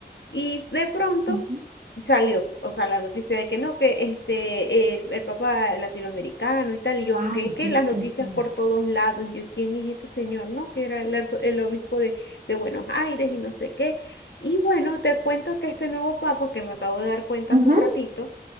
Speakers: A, on the left; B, on the right.
A: Y de pronto
B: Ujú.
A: salió, o sea, la noticia de que no, que este, el, el Papa latinoamericano y tal, y yo,
B: Ay,
A: ¿qué?
B: sí,
A: Que las noticias
B: sí, sí.
A: por todos lados, y yo, ¿quién es este señor? No, que era el, arzo- el obispo de, de Buenos Aires y no sé qué. Y bueno, te cuento que este nuevo papa, que me acabo de dar cuenta
B: Ujú.
A: hace un ratito,